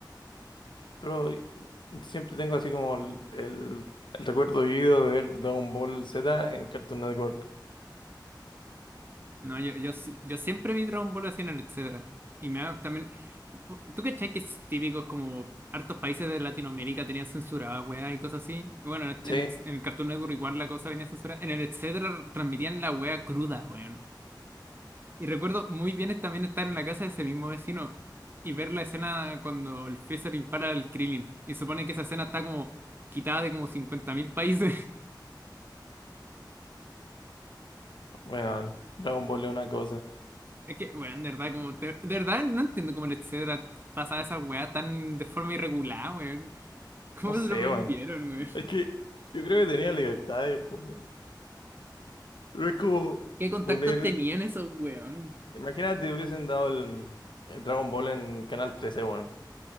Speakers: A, on the left (about 80°); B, on the right (about 25°).
A: Pero siempre tengo así como el, el, el recuerdo vivido de ver Dragon Ball Z en Cartoon Network.
B: No, yo, yo, si- yo siempre vi Dragon Ball así en el etcétera. Y me da también. ¿Tú cachai que es típico como hartos países de Latinoamérica tenían censuradas, weá, y cosas así? Bueno, en
A: Sí,
B: el, en el Cartoon Network igual la cosa venía censurada. En el etcétera transmitían la weá cruda, weón. Y recuerdo muy bien es también estar en la casa de ese mismo vecino y ver la escena cuando el Freezer impara al Krillin. Y supone que esa escena está como quitada de como 50.000 países. <laughs>
A: weón. Dragon Ball es una cosa.
B: Es que, weón, de verdad, como, te- de, verdad no entiendo cómo el etcétera pasaba esa weá tan de forma irregular, weón. <laughs> ¿Cómo
A: No sé,
B: se lo permitieron,
A: weón.
B: weón?
A: Es que yo creo que tenía libertades, pues, weón. No es como
B: ¿Qué contactos
A: poner.
B: tenían esos weones?
A: Imagínate, hubiesen dado el, el Dragon Ball en Canal 13, weón.